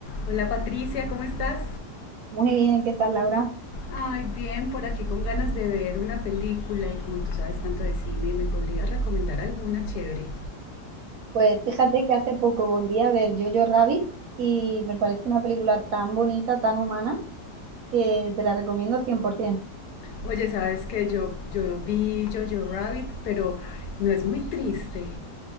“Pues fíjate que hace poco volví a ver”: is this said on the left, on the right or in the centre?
Right